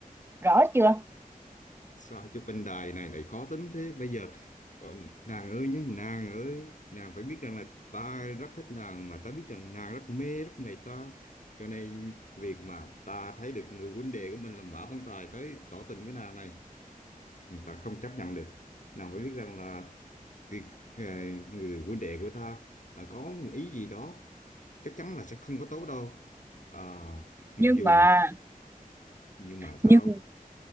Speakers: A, on the right; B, on the left.
A: rõ chưa
B: sao chúc anh đài này lại khó tính thế bây giờ còn nàng ơi nhé nàng ơi nàng phải biết rằng là ta rất thích nàng mà ta biết rằng nàng rất mê rất mê ta cho nên việc mà ta thấy được người huynh đệ của mình là Mã Văn Tài tới tỏ tình với nàng này ta không chấp nhận được nàng phải biết rằng là thì à, người huynh đệ của ta à, có một ý gì đó chắc chắn là sẽ không có tốt đâu à, mặc
A: nhưng
B: dù
A: mà
B: nhưng mà sao
A: nhưng